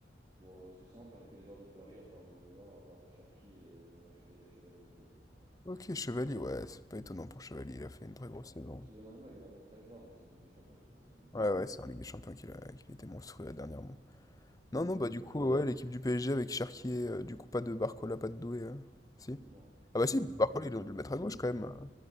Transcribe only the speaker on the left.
Ok, Chevalier, ouais, c'est pas étonnant pour Chevalier, il a fait une très grosse saison.
Ouais,
ouais,
c'est
en Ligue des Champions qu'il a, qu'il était monstrueux là, dernièrement.
Non, non, bah
du coup,
ouais, l'équipe du PSG avec Cherki, euh, du coup, pas de Barcola, pas de Doué, euh, si?
Ah bah si,
Barcola,
il doit le mettre
à gauche
quand
même,
euh,